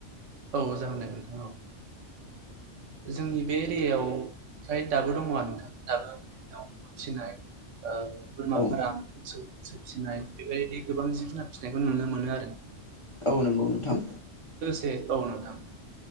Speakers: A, on the right; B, on the left.
A: औ जागोन दे नोंथां औ। जोंनि बे एरियायाव हाय दाबो दङ आरो नोंथां दाबो माने दाउ फिसिनाय ओ बोरमा
B: औ
A: फाराम मोसौ फिसिनाय बेबायदि गोबां जिब जुनार फिसिनायखौ नुनो मोनो आरो।
B: औ नंगौ नोंथां।
A: ए औ नोंथां